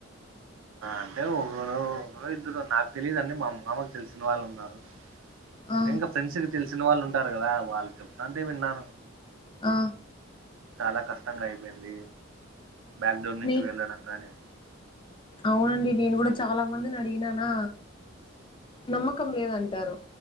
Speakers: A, on the right; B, on the left.
A: అంటే ఒకరు ఒకరు ఇద్దరు నాకు తీలిదండి మా మామ కి తెలిసిన వాళ్ళు ఉన్నారు
B: ఆ
A: అంటే ఇంకా ఫ్రెండ్స్ కి తెలిసిన వాళ్ళు ఉంటారు కదా వాళ్ళు చెప్తంటే విన్నాను
B: ఆ
A: చాలా కష్టంగా అయిపోయింది బ్యాక్డోర్ నుంచి
B: నీ
A: వెళ్ళడం గాని
B: అవునండి నేను కూడా చాలా మందిని అడిగినానా నమ్మకం లేదంటారు